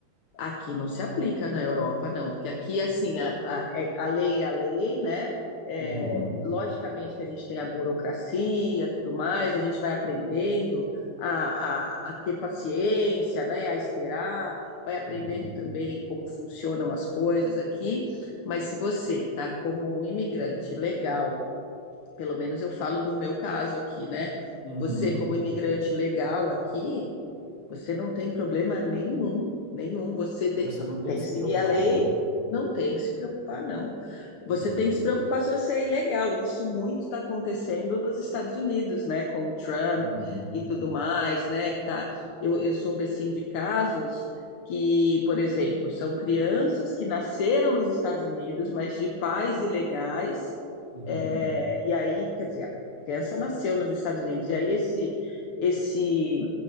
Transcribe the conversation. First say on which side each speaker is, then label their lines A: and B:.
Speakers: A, on the left; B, on the left.
A: aqui não se aplica na Europa, não, porque aqui, assim, a, a- é- a lei é a lei, né? É,
B: uhum,
A: logicamente que a gente tem a burocracia, tudo mais, a gente vai aprendendo a, a, a ter paciência, né? A esperar, vai aprendendo
B: uhum.
A: também como funcionam as coisas aqui. Mas se você está como um imigrante legal pelo menos eu falo do meu caso aqui, né?
B: Uhum.
A: Você, como imigrante legal aqui, você não tem problema nenhum, nenhum. Você tem,
B: Você
A: só
B: não tem
A: tem
B: que
A: que
B: se
A: seguir
B: preocupar,
A: a lei,
B: né?
A: não tem que se preocupar, não. Você
B: Uhum.
A: tem que se preocupar se você é ilegal. Isso muito está acontecendo nos Estados Unidos, né? Com o Trump
B: Uhum.
A: e tudo mais, né? Que tá, eu, eu soube assim de casos que, por exemplo, são crianças que nasceram nos Estados Unidos, mas de pais ilegais.
B: Uhum.
A: é, e aí, quer dizer, a criança nasceu nos Estados Unidos. E aí esse esse